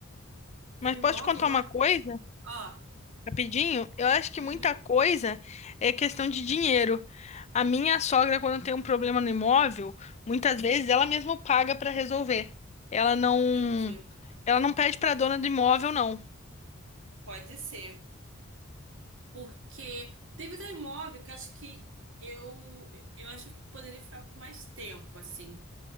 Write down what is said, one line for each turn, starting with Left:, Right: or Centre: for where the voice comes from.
Right: Teve
Left: Mas posso
Right: imóvel
Left: te contar
Right: lá?
Left: uma coisa,
Right: Ó,
Left: rapidinho? Eu acho que
Right: uhum,
Left: muita coisa é questão de dinheiro. A minha sogra, quando tem um problema no imóvel, muitas vezes ela mesma paga pra resolver. Ela não,
Right: entendi.
Left: ela não pede pra dona do imóvel, não.
Right: Pode ser. Porque teve até imóvel que acho que eu, eu acho que poderia ficar por mais tempo, assim.